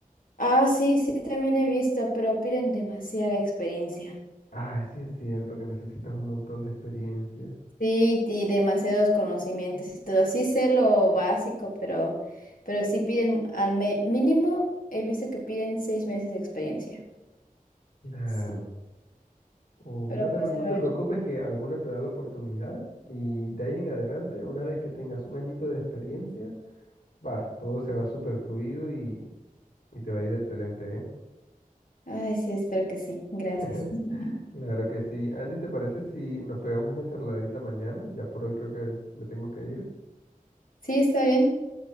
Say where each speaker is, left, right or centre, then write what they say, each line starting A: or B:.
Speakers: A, on the left; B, on the left.
A: Ah, sí, sí, también he visto, pero piden demasiada experiencia.
B: Ay, sí es cierto que necesitas un montón de experiencia.
A: Sí, y demasiados conocimientos y todo. Sí sé lo básico, pero, pero sí piden al me- mínimo, he visto que piden seis meses de experiencia.
B: Claro.
A: Sí.
B: O
A: Pero
B: no te,
A: pues
B: pre- no
A: a ver.
B: te preocupes que alguna te da la oportunidad y de ahí en adelante, una vez que tengas un añito de experiencia, Va, todo se va súper fluido y, y te va a ir excelente, ¿eh?
A: Ay, sí, espero que sí. Gracias.
B: <laughs>
A: <laughs>
B: Claro que sí. Andy, ¿te parece si nos pegamos una charladita mañana? Ya por hoy creo que me tengo que ir.
A: Sí, está bien.